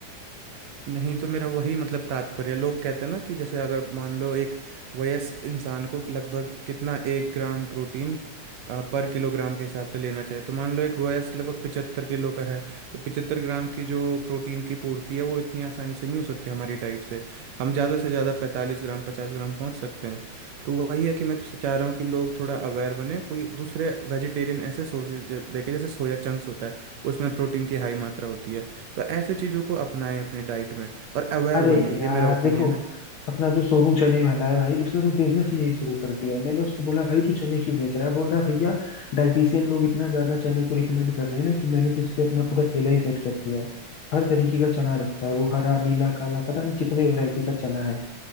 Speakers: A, on the right; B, on the left.
A: नहीं तो मेरा वही मतलब तात्पर्य लोग कहते हैं ना कि जैसे अगर मान लो एक वयस्क इंसान को लगभग कितना एक ग्राम प्रोटीन अ, पर किलोग्राम के हिसाब से लेना चाहिए तो मान लो एक वयस्क लगभग पिचहत्तर किलो का है तो पिचहत्तर ग्राम की जो प्रोटीन की पूर्ति है वो इतनी आसानी से नहीं हो सकती हमारी डाइट से हम ज़्यादा से ज़्यादा पैंतालीस ग्राम पचास ग्राम पहुंच सकते हैं तो वही है कि मैं चाह रहा हूँ कि लोग थोड़ा अवेयर बने कोई दूसरे वेजिटेरियन ऐसे सोर्सेज देखे जैसे सोया चंक्स होता है उसमें प्रोटीन की हाई मात्रा होती है तो ऐसे चीज़ों को अपनाएं अपने डाइट में और अवेयर
B: अरे
A: बने
B: यार
A: ये मेरा ओपिनियन
B: देखो
A: है
B: अपना जो सोनू चने वाला है भाई उसने तो बिजनेस ही यही शुरू कर दिया मैंने उसको बोला भाई तू चने क्यों बेच रहा है बोल रहा है भैया डाइटिशियन लोग इतना ज्यादा चने को रिकमेंड कर रहे हैं ना कि मैंने तो इस पे अपना पूरा ठेला ही सेट कर दिया है हर तरीके का चना रखता है वो हरा नीला काला पता नहीं कितने वैरायटी का चना है